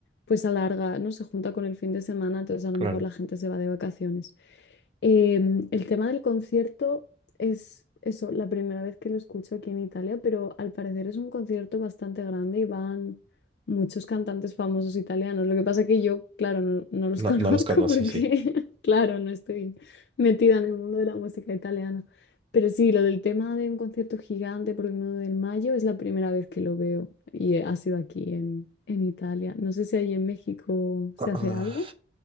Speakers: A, on the left; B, on the right.
A: pues alarga, no se junta con el fin de semana, entonces a
B: claro.
A: lo mejor la gente se va de vacaciones. Em, el tema del concierto es eso, la primera vez que lo escucho aquí en Italia, pero al parecer es un concierto bastante grande y van muchos cantantes famosos italianos. Lo que pasa que yo, claro, no, no los
B: No,
A: <laughs> conozco
B: no los conoces,
A: porque,
B: sí.
A: <laughs> claro, no estoy metida en el mundo de la música italiana. Pero sí, lo del tema de un concierto gigante por el 9 de mayo es la primera vez que lo veo y eh, ha sido aquí en, en Italia. No sé si ahí en México se
B: Ah,
A: hace algo.